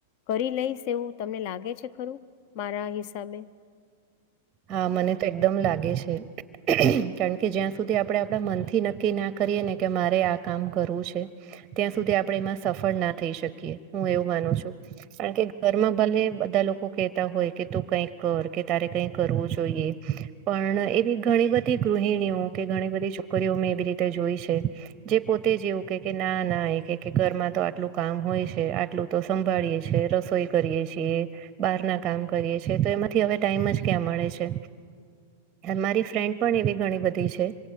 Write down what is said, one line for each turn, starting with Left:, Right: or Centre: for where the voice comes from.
Left: કરી લઈશ એવું તમને લાગે છે ખરું? મારા હિસાબે?
Right: હા, મને તો એકદમ લાગે છે. કારણ કે જ્યાં સુધી આપણે આપડા મનથી નક્કી ના કરીએ ને કે મારે આ કામ કરવું છે. ત્યાં સુધી આપણે એમાં સફળ ના થઈ શકીએ. હું એવું માનું છું. કારણ કે ઘરમાં ભલે બધા લોકો કેહેતા હોય કે તું કાંઈક કર કે તારે કઈ કરવું જોઈએ, પણ એવી ઘણી બધી ગૃહિણીઓ કે ઘણી બધી છોક કરીઓ મેં એવી રીતે જોઈ છે. જે પોતે જ એવું કે કે ના ના એ કે કે ઘરમાં તો આટલું કામ હોય છે, આટલું તો સંભાળીએ છે, રસોઈ કરીએ છીએ, બહારના કામ કરીએ છીએ તો એમાંથી હવે ટાઈમ જ ક્યાં મળે છે. અને મારી ફ્રેન્ડ પણ એવી ઘણી બધી છે.